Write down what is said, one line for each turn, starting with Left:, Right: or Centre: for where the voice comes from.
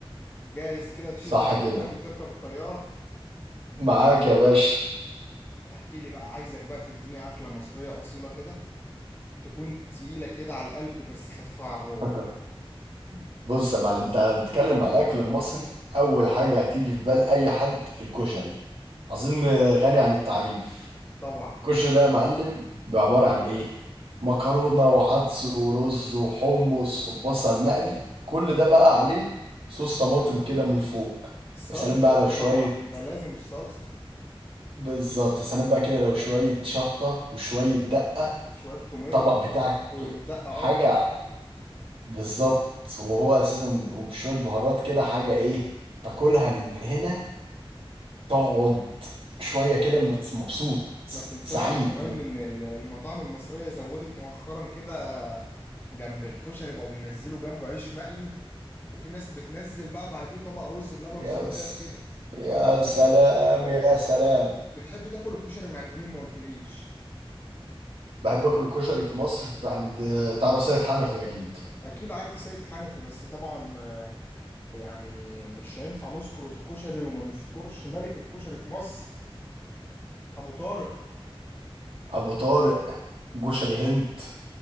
Left: جاهز كده تشد
Right: صح
Left: الحزام
Right: كده
Left: وتركب الطيارة
Right: معاك يا باشا
Left: احكي لي بقى عايزك بقى تديني أكلة مصرية أصيلة كده تكون تقيلة كده على القلب بس خفيفة على الروح
Right: <laughs> بص يا معلم انت هنتكلم على الاكل المصري اول حاجة هتيجي في بال اي حد الكشري اظن غني عن التعريف
Left: طبعا
Right: الكشري ده يا معلم بعبارة عن ايه مكرونة وعدس ورز وحمص وبصل مقلي كل ده بقى عليه صوص طماطم كده من فوق
Left: السلطة
Right: وسلام بقى
Left: اه
Right: لو شوية
Left: طبعا ده لازم الصلصة
Right: بالظبط يا سلام بقى كده لو شوية شطة وشوية دقة
Left: شوية تومية
Right: الطبق بتاعك
Left: ودقة
Right: حاجة بالظبط وهو أساسا وبشوية بهارات كده حاجة إيه تاكلها من هنا تقعد شوية كده مت- مبسوط
Left: ما تنساش
Right: سعيد
Left: كمان
Right: مت-
Left: ان ال- المطاعم المصرية زودت مؤخرا كده جنب الكشري بقوا بينزلوا جنبه عيش مقلي وفي ناس بتنزل بقى بعديه طبق رز بلبن
Right: يا
Left: صغير
Right: س...
Left: كده
Right: يا سلام يا سلام
Left: بتحب تاكل الكشري من عند مين ما قلتليش
Right: بحب آكل الكشري في مصر عند تعرف سيد حنفي أكيد
Left: اكيد عارف سيد حنفي بس طبعا آه، يعني مش هينفع نذكر الكشري وما نذكرش ملك الكشري في مصر ابو طارق
Right: أبو طارق كشري هند